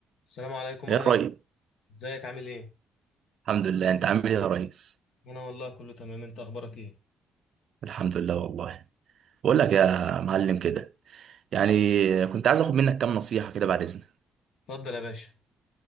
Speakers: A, on the left; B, on the right.
A: السلام عليكم
B: يا
A: اهلا
B: ريس
A: ازيك عامل ايه
B: الحمد لله انت عامل ايه يا ريس
A: انا والله كله تمام انت اخبارك ايه
B: الحمد لله والله بقول لك يا معلم كده يعني كنت عايز اخد منك كام نصيحة كده بعد اذنك
A: اتفضل يا باشا